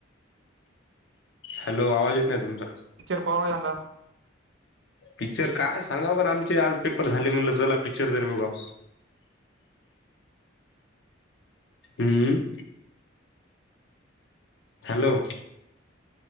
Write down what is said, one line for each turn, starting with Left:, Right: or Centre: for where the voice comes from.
Left: हॅलो! आवाज येत नाही तुमचा.
Right: पिक्चर <unintelligible>
Left: पिक्चर काय, सांगा बरं आमचे आज पेपर
Right: हॅलो.
Left: झाले म्हटलं चला पिक्चर तरी बघावं. हम्म हॅलो!